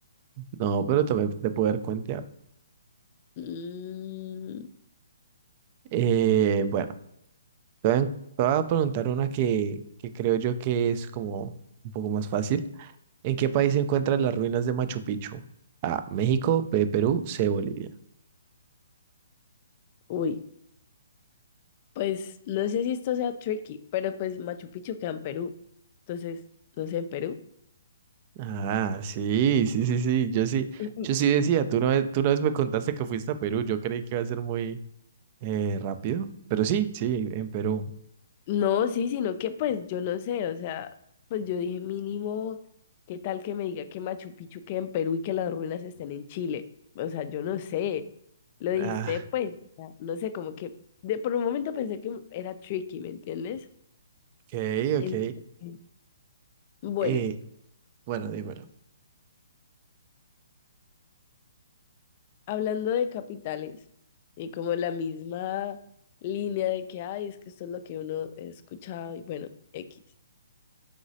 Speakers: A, on the right; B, on the left.
A: No, pero también te puedo haber cuenteado.
B: Mm,
A: Eh, bueno. Te voy a, en- te voy a preguntar una que, que creo yo que es como un poco más fácil. ¿En qué país se encuentran las ruinas de Machu Picchu? A, México, B, Perú, C, Bolivia.
B: uy, pues no sé si esto sea tricky, pero pues Machu Picchu queda en Perú. Entonces, no sé, en Perú.
A: Ah, sí, sí, sí, sí. Yo sí,
B: Mm.
A: yo sí decía, tú una vez, tú una vez me contaste que fuiste a Perú. Yo creí que iba a ser muy eh, rápido, pero sí, sí, en Perú.
B: No, sí, sino que pues yo no sé, o sea, pues yo dije mínimo, ¿qué tal que me diga que Machu Picchu queda en Perú y que las ruinas estén en Chile? O sea, yo no sé, lo dice
A: Ah,
B: pues, o sea, no sé, como que de, por un momento pensé que era tricky, ¿me entiendes?
A: ok,
B: Entonces,
A: ok.
B: bueno,
A: Eh, bueno, dímelo.
B: hablando de capitales y como la misma línea de que, ay, es que esto es lo que uno ha escuchado y bueno, X.